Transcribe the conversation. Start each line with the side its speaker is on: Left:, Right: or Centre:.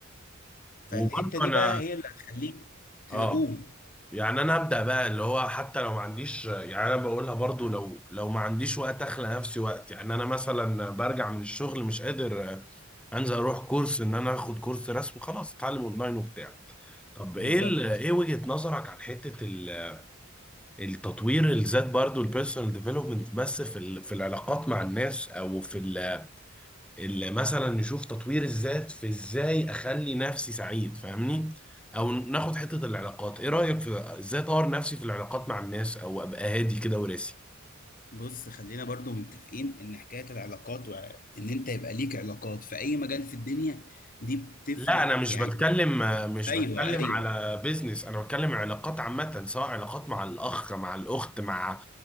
Left: فالحتة
Centre: وبرضه
Left: دي
Centre: انا
Left: بقى هي اللي هتخليك تقوم
Centre: اه يعني انا ابدا بقى اللي هو حتى لو ما عنديش يعني انا بقولها برضو لو لو ما عنديش وقت اخلق نفسي وقت يعني انا مثلا برجع من الشغل مش قادر انزل اروح كورس ان انا اخد كورس رسم خلاص اتعلم اونلاين وبتاع طب ايه
Left: بالظبط
Centre: ال- ايه وجهة نظرك عن حتة ال- التطوير الذات برضو البيرسونال ديفلوبمنت بس في ال- في العلاقات مع الناس او في ال اللي مثلا نشوف تطوير الذات في ازاي اخلي نفسي سعيد فاهمني او ناخد حتة العلاقات ايه رأيك في ازاي اطور نفسي في العلاقات مع الناس او ابقى هادي كده وراسي
Left: بص خلينا برضو متفقين ان حكاية العلاقات وان انت يبقى ليك علاقات في اي مجال في الدنيا دي بتفرق
Centre: لا انا مش
Left: يعني
Centre: بتكلم مش
Left: ايوه
Centre: بتكلم
Left: ايوه
Centre: على بيزنس انا بتكلم علاقات عامة سواء علاقات مع الاخ مع الاخت مع